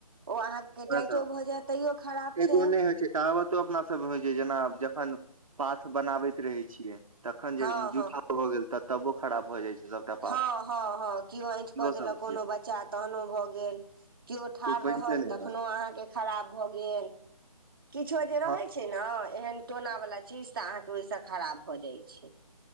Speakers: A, on the right; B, on the right.
A: ओ अहाँ के
B: बस
A: टाइटो भऽ जाय तैयो खराब
B: एगो
A: छै
B: नहि होइ कहावतो अपना सबमे होइ छै जेना जखन पाथ बनाबैत रहै छियै तखन जे
A: हँ
B: जूठा
A: हँ
B: भए गेल तऽ तबो खराब भ जाइ छै सभटा
A: हँ
B: पात
A: हँ हँ केओ ऐंठ कऽ
B: इहो
A: देलक
B: सब
A: कोनो
B: चीज
A: बच्चा तहनो भऽ गेल केओ ठार
B: ओ बनिते
A: रहल
B: नहि
A: तखनो
B: रहत
A: अहाँके के खराब भऽ गेल किछो जे रहै
B: हँ
A: छै न एहन टोना वला चीज तऽ अहाँके ओहिसँ खराब भऽ जाइ छै